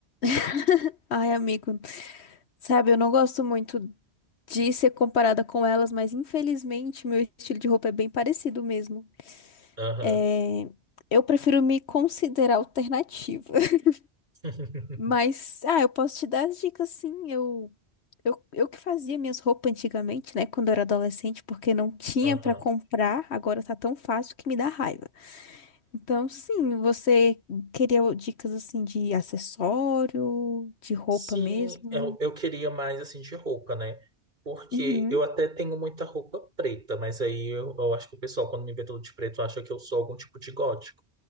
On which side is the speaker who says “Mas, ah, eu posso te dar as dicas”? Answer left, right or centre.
Left